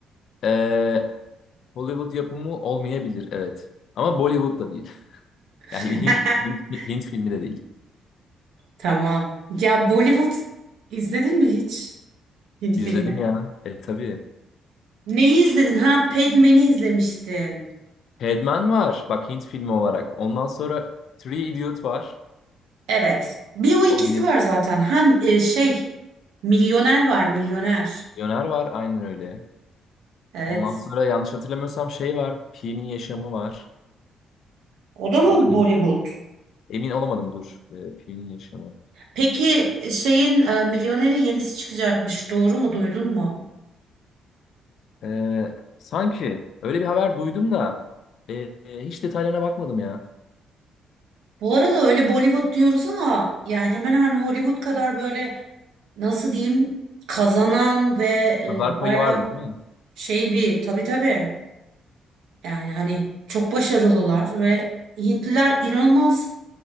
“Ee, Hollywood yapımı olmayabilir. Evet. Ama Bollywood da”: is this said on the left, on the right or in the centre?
Left